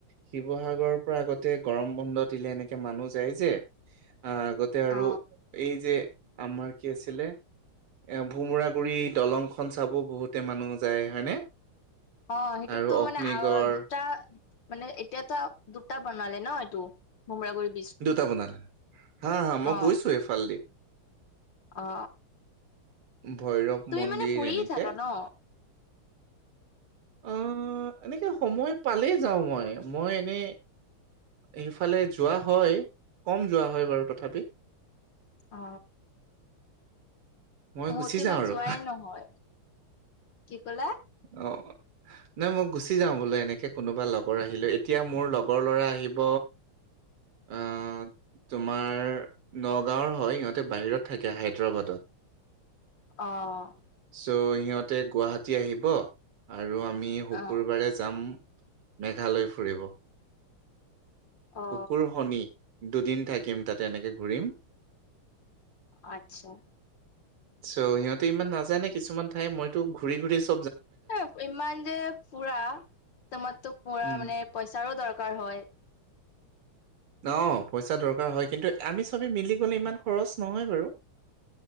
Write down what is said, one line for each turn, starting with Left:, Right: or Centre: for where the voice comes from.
Right: শিৱসাগৰৰ পৰা আগতে গৰম বন্ধ দিলে এনেকে মানুহ যায় যে আহ আগতে- আৰু
Left: অ
Right: এই যে আমাৰ কি আছিলে। এ ভোমোৰা গুৰি দলংখন চাব বহুতে মানুহ যায়। হয়নে
Left: অ সেইটোতো
Right: আৰু অগ্নিগড়
Left: মানে অ দুটা মানে এতিয়াতো দুটা বনালে ন এইটো ভোমোৰা গুৰিত
Right: দুটা বনালে হা হা মই
Left: অ
Right: গৈছো এইফালদি।
Left: অ
Right: ভৈৰৱ,
Left: তুমি
Right: মন্দিৰ
Left: মানে ফুৰিয়ে
Right: এনেকে
Left: থাকা ন
Right: অ এনেকে সময় পালেই যাওঁ মই মই এনেই সেইফালে যোৱা হয় কম যোৱা হয় বাৰু তথাপি-
Left: অ
Right: মই
Left: মোৰটো
Right: গুচি যাওঁ
Left: ইমান
Right: আৰু।
Left: যোৱাই নহয়। কি কলা
Right: অ নাই মই গুচি যাওঁ বোলো এনেকে কোনোবা লগৰ আহিলে এতিয়া মোৰ লগৰ ল'ৰা আহিব। অ তোমাৰ নগাঁওৰ হয় ইহঁতে বাহিৰত থাকে হায়দৰাবাদত।
Left: অ
Right: চ' সিহঁতে গুৱাহাটী আহিব আৰু আমি শুকুৰবাৰে
Left: অ
Right: যাম মেঘালয় ফুৰিব।
Left: অ
Right: শুকুৰ শনি দুদিন থাকিম তাতে এনেকে ঘূৰিম।
Left: আচ্ছা
Right: চ' সিহঁতে ইমান নাাজানে কিছুমান ঠাই মইতো ঘূৰি ঘুৰিছো।
Left: এ ইমান যে ফুৰা তোমাৰতো পুৰা
Right: উম।
Left: মানে পইচাৰো দৰকাৰ হয়।
Right: <inaudible> অ পইচা দৰকাৰ হয় কিন্তু আমি চবেই মিলি গলে ইমান খৰচ নহয় বাৰু